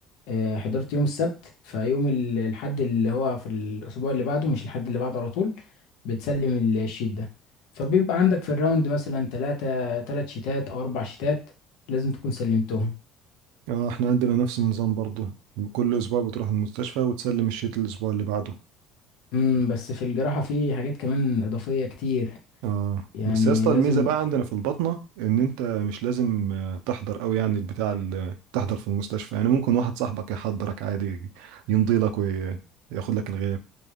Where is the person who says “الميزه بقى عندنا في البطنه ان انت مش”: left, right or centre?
Right